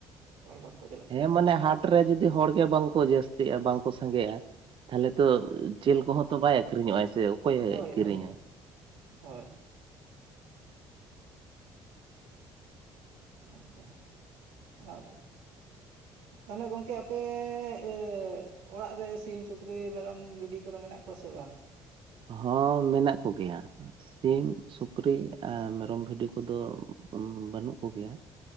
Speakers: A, on the right; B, on the right.
A: ᱦᱚᱲ ᱵᱟᱝᱠᱚ ᱪᱟᱞᱟᱜ
B: ᱦᱮᱸ
A: ᱠᱟᱱᱟ
B: ᱢᱟᱱᱮ ᱦᱟᱴ ᱨᱮ ᱡᱩᱫᱤ ᱦᱚᱲ ᱜᱮ ᱵᱟᱝᱠᱚ ᱡᱟᱹᱥᱛᱤᱜ-ᱟ ᱵᱟᱝᱠᱚ ᱥᱟᱸᱜᱮᱜ-ᱟ ᱛᱟᱦᱟᱞᱮ ᱛᱚ ᱡᱮᱞ ᱠᱚᱦᱚᱸ ᱛᱚ ᱵᱟᱭ ᱟᱠᱷᱨᱤᱧᱚᱜᱟᱭ ᱥᱮ ᱚᱠᱚᱭᱮ
A: ᱦᱳᱭ
B: ᱠᱤᱨᱤᱧᱟ
A: ᱦᱳᱭ ᱦᱳᱭ ᱚᱱᱠᱟ ᱟᱨ ᱛᱟᱞᱦᱮ ᱜᱚᱝᱠᱮ ᱟᱯᱮ ᱟᱹᱜ ᱚᱲᱟᱜ ᱨᱮ ᱥᱤᱢ, ᱥᱩᱠᱨᱤ, ᱢᱮᱨᱚᱢ, ᱵᱷᱤᱰᱤ, ᱠᱚᱫᱚ ᱢᱮᱱᱟᱜ ᱠᱚᱣᱟ ᱥᱮ ᱵᱟᱝ?
B: ᱦᱚᱸ ᱢᱮᱱᱟᱜ ᱠᱚᱜᱮᱭᱟ ᱥᱤᱢ ᱥᱩᱠᱨᱤ ᱢᱮᱨᱚᱢ ᱵᱷᱤᱰᱤ ᱠᱚᱫᱚ ᱵᱟᱹᱱᱩᱜ ᱠᱚᱜᱮᱭᱟ